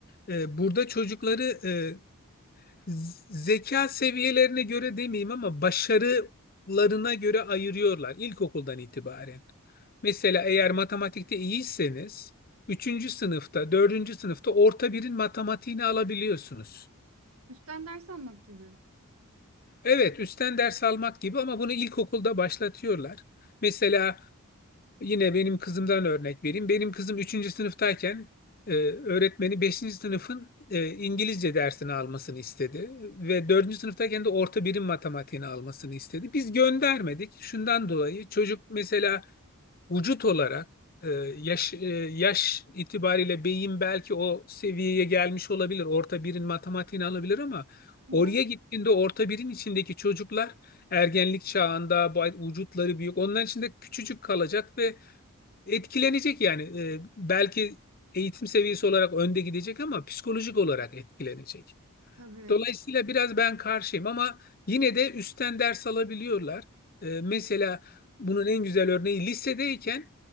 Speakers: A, on the left; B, on the right.
A: E, burada çocukları e, Z- Zeka seviyelerine göre demeyeyim ama başarılarına göre ayırıyorlar ilkokuldan itibaren. Mesela eğer matematikte iyiyseniz üçüncü sınıfta, dördüncü sınıfta orta birin matematiğini alabiliyorsunuz.
B: Üstten ders almak gibi.
A: Evet, üstten ders almak gibi ama bunu ilkokulda başlatıyorlar. Mesela Yine benim kızımdan örnek vereyim. Benim kızım üçüncü sınıftayken e, öğretmeni beşinci sınıfın e, İngilizce dersini almasını istedi ve dördüncü sınıftayken de orta birim matematiğini almasını istedi. Biz göndermedik. Şundan dolayı çocuk mesela vücut olarak e, yaş e, yaş itibariyle beyin belki o seviyeye gelmiş olabilir. Orta birin matematiğini alabilir ama
B: Hı
A: oraya
B: hı.
A: gittiğinde orta birin içindeki çocuklar ergenlik çağında bu- vücutları büyük. Onların içinde küçücük kalacak ve Etkilenecek yani. Ee, belki eğitim seviyesi olarak önde gidecek ama psikolojik olarak etkilenecek.
B: Tabii.
A: Dolayısıyla biraz ben karşıyım ama yine de üstten ders alabiliyorlar. Ee, mesela bunun en güzel örneği lisedeyken